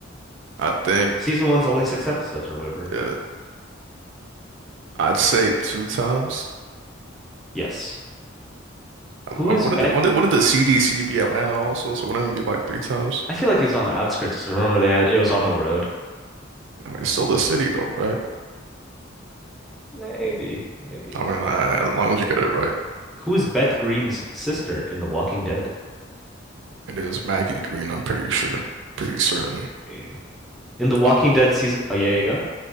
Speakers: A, on the right (about 65°); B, in the centre.
A: I think
B: Season one's only six episodes, remember?
A: uh, I'd say two times.
B: Yes. Who
A: Um,
B: is
A: wouldn't
B: Beth?
A: the, wouldn't, wouldn't the CDC be Atlanta also? So wouldn't it be like three times?
B: I feel like he was on the outskirts 'cause remember they had, it was on the road.
A: I mean, it's still the city though, right?
B: Maybe, maybe.
A: I mean, I, as long as you get it right,
B: Who is Beth Greene's sister in The Walking Dead?
A: it is Maggie Green. I'm pretty sure, pretty certain.
B: Green. In The Walking
A: Al-
B: Dead season. Oh, yeah, yeah, go.